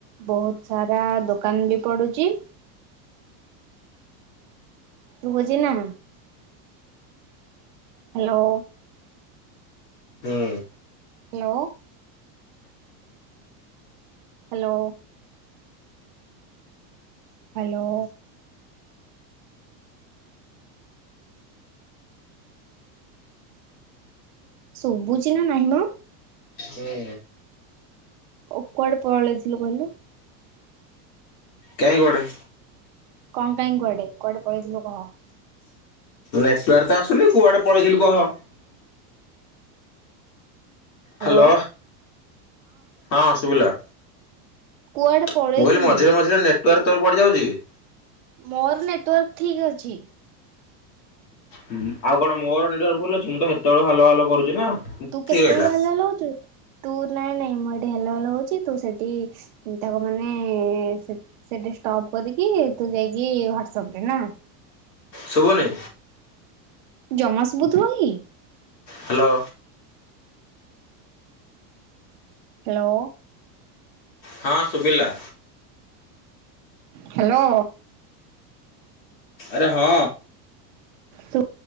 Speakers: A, on the right (about 30°); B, on the left (about 80°).
A: ବହୁତ ସାରା ଦୋକାନ ବି ପଡୁଛି। ଶୁଭୁଚି ନା ହାଲୋ।
B: ହୁଁ
A: ହେଲୋ। ହାଲୋ। ହା ଲୋ। ଶୁବୁଛି ନା ନାହିଁ ମ।
B: ହୁଁ
A: ଓ କୁଆଡେ ପଳେଇଥିଲୁ କହିଲୁ।
B: କାହିଁ କୁଆଡେ।
A: କଣ କାଇଁ କୁଆଡେ କୁଆଡେ ପଳେଇଥିଲୁ କହ।
B: ନେଟୱାର୍କ ତ ଆସୁନି କୁଆଡେ ପଳେଇଥିଲୁ କହ।
A: ହ୍ୟାଲୋ
B: ହାଲୋ ହଁ ସୁବିଲା।
A: କୁଆଡେ
B: ମୁଁ
A: ପଳେଇଥିଲୁ?
B: କହିଲି ମଝିରେ ମଝିରେ ନେଟୱାର୍କ ତୋର କୁଆଡେ ଯାଉଛି କି।
A: ମୋର ନେଟୱାର୍କ ଠିକ ଅଛି।
B: ହୁଁ ଆଉ କଣ ମୋର ନେଟୱାର୍କ ଭୁଲ ଅଛି ମୁଁ ତ ସେତେବେଳୁ ହାଲୋ ହାଲୋ କରୁଛି ନା।
A: ତୁ
B: ଠିକ୍
A: କେତେବେଳୁ
B: ରହିଲା
A: ହାଲୋ ହାଲୋ ହଉଛୁ ତୁ। ନାଇଁ ନାଇଁ ମୁଁ ଏଠି ହାଲୋ ହାଲୋ ହଉଛି ତୁ ସେଠି ତାକୁ ମାନେ ସେ ସେଠି ଷ୍ଟପ। କରିକି ତୁ ଯାଇକି ହ୍ୱାଟସପ ରେ ନା।
B: ଶୁଭୁନି।
A: ଜମା ଶୁବୁ ଥିବ କି।
B: ହା ଲୋ।
A: ହା ଲୋ।
B: ହଁ ସୁଭିଲା।
A: ହେ ଲୋ।
B: ଆରେ ହଁ।
A: ଶୁ।